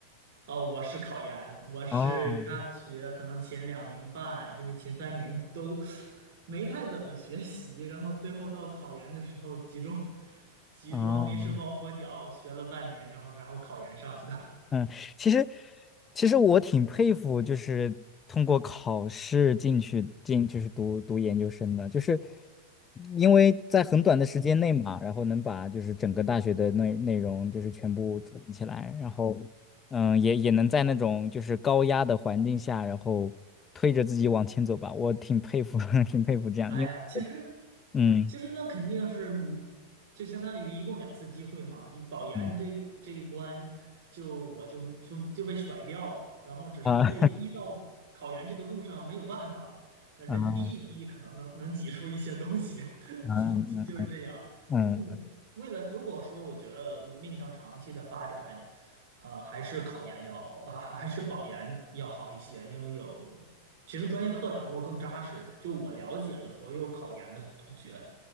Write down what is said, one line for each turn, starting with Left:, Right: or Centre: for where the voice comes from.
Right: 哦，我是考研，我是大学可能前两年半，
Left: 哦
Right: 就是前三年都没太怎么学习，然后最后到考研的时候集中集中临时抱佛脚学了半年，
Left: 哦，
Right: 然后然后考研上去的。
Left: 嗯，其实其实我挺佩服，就是通过考试进去进就是读读研究生的，就是因为在很短的时间内嘛，然后能把就是整个大学的内内容就是全部统一起来，然后嗯也也能在那种就是高压的环境下，然后推着自己往前走吧，我挺佩服，<laughs> 挺佩服这样，
Right: 哎呀，
Left: 因为
Right: 其实
Left: 嗯
Right: 其实那肯定是，嗯就相当于一共两次机会嘛。你保研这一这一关就，
Left: 嗯
Right: 我就就就被甩掉了，然后只是被逼到
Left: 啊 <laughs>
Right: 考研这个路上没有办法了。那人逼一逼，
Left: 啊啊
Right: 可能能能挤出一些东西，
Left: 嗯
Right: <laughs> 就就是这样。
Left: 嗯
Right: 因为为了如果说我觉得面向长期的发展，啊、还是考研要啊、还还是保研要好一些，因为有其实专业课掌握更扎实。就我了解的所有考研的同学，